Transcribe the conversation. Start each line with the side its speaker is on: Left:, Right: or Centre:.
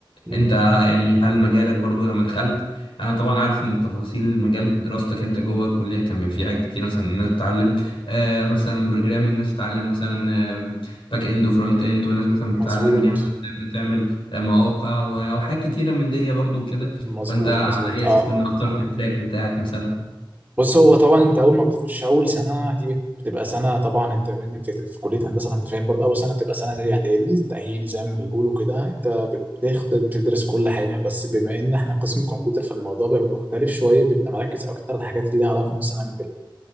Right: مم.
Left: أنت يعني هل مجالك برضو لما دخلت أنا طبعا عارف إن التفاصيل مجال دراستك أنت جوه الكلية كان بيبقى فيه حاجات كتير مثلا الناس بتتعلم آه مثلا بروجرامينج ناس بتتعلم مثلا باك إند وفرونت إند وناس مثلا بتتعلم
Right: مظبوط
Left: إن هي مثلا تبدأ تعمل آه، مواقع و- وحاجات كتيرة من دي برضو كده
Right: مظبوط
Left: فأنت على
Right: مظبوط
Left: أي أساس
Right: اه
Left: من اخترت التراك بتاعك مثلا
Right: بص هو طبعا انت اول ما بتخش اول سنه دي بت- بتبقى سنه طبعا انت منك في, في كليه هندسه فانت فاهم برضه اول سنه بتبقى سنه زي اعدادي تاهيل زي ما بيقولوا كده انت بتاخد تدرس كل حاجه بس بما ان احنا قسم كمبيوتر فالموضوع بيبقى مختلف شويه بيبقى مركز اكتر على الحاجات اللي ليها علاقه مثلا